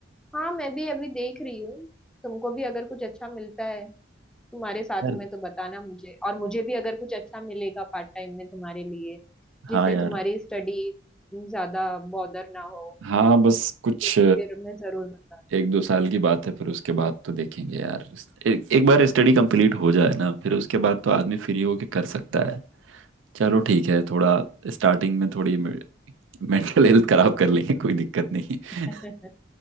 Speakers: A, in the centre; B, on the right.
A: हाँ मैं भी अभी देख रही हूँ तुमको भी अगर कुछ अच्छा मिलता है तुम्हारे साथ
B: यार
A: में तो बताना मुझे और मुझे भी अगर कुछ अच्छा मिलेगा पार्ट टाइम में तुम्हारे लिए जिससे
B: हाँ यार
A: तुम्हारी स्टडी ज्यादा बॉदर ना हो
B: हाँ बस कुछ
A: तो फिर मैं जरूर बता
B: एक दो साल की बात है फिर उसके बाद तो देखेंगे यार एक, एक बार स्टडी कंप्लीट हो जाए ना फिर उसके बाद तो आदमी फ्री होके कर सकता है चलो ठीक है थोड़ा स्टार्टिंग में थोड़ी मेंटल हेल्थ खराब कर लेंगे कोई दिक्कत नहीं
A: <laughs>
B: <laughs>